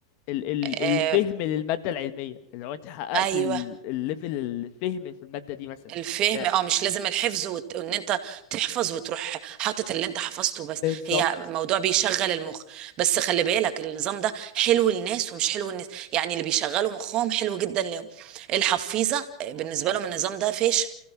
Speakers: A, on the left; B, on the right.
A: ال ال
B: آه،
A: الفهم للمادة العلمية اللي هو انت حققتي
B: ايوه
A: ال- الليفل الفهم في المادة دي مثلا
B: الفهم
A: ف-
B: اه مش لازم الحفظ وت... وان انت تحفظ وتروح حاطط اللي انت حفظته بس
A: بالظبط
B: هي موضوع بيشغل المخ بس خلي بالك النظام ده حلو للناس ومش حلو للناس يعني اللي بيشغلوا مخهم حلو جدا لهم الحفيظة آه، بالنسبة لهم النظام ده فاشل